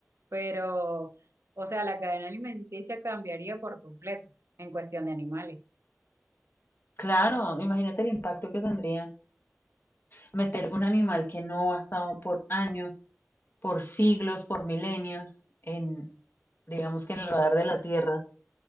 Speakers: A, on the right (about 65°); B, on the left (about 50°).
A: pero, o sea, la cadena alimenticia cambiaría por completo en cuestión de animales.
B: Claro, imagínate el impacto que tendría meter un animal que no ha estado por años, por siglos, por milenios, en, digamos que en el radar de la Tierra,